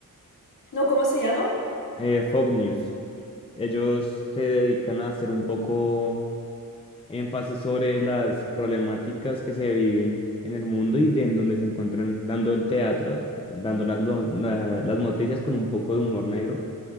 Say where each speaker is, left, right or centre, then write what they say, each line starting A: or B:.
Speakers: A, on the left; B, on the left.
A: No, ¿cómo se llama?
B: Eh, Fox News. Ellos se dedican a hacer un poco énfasis sobre las problemáticas que se viven en el mundo y de en donde se encuentran dando el teatro, dando las, lo- la- las noticias con un poco de humor negro,